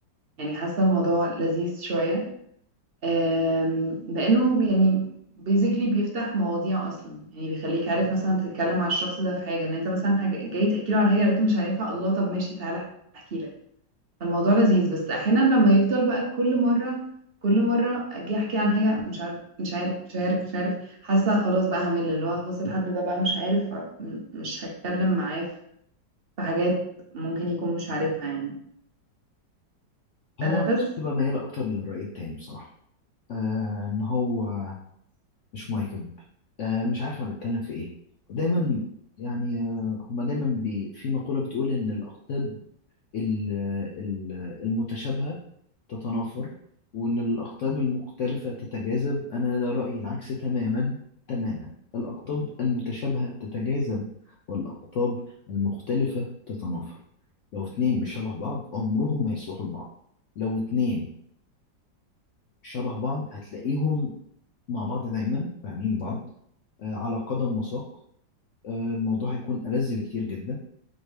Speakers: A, on the right (about 50°); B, on the left (about 70°).
A: يعني حاسه الموضوع لذيذ شويه آم، لانه يعني بيزيكلي بيفتح مواضيع اصلا يعني بيخليك عارف مثلا تتكلم مع الشخص ده في حاجه ان انت مثلا حاجه جاي تحكي له على حاجه لقيته مش عارفها الله طب ماشي تعالى احكي لك فالموضوع لذيذ بس احيانا لما يفضل بقى كل مره كل مره اجي احكي عن حاجه مش عارف مش عارف مش عارف مش عارف حاسه خلاص بقى همل اللي هو خلاص الحد ده بقى مش عارف فمش هتكلم معاه في حاجات ممكن يكون مش عارفها يعني
B: هو
A: أه
B: الناس
A: بس
B: بتبقى مياله اكتر للراي التاني بصراحه آه ان هو مش مواكب آه مش عارف انا بتكلم في ايه دايما يعني آه هما دايما بي في مقوله بتقول ان الاقطاب ال- ال- المتشابهة تتنافر وإن الأقطاب المختلفة تتجاذب أنا رأيي العكس تماما تماما الأقطاب المتشابهة تتجاذب والأقطاب المختلفة تتنافر لو اتنين مش شبه بعض عمرهم ما يصلحوا لبعض لو اتنين شبه بعض هتلاقيهم مع بعض دايما فاهمين بعض آه، على قدم وساق آه، الموضوع هيكون ألذ بكتير جدا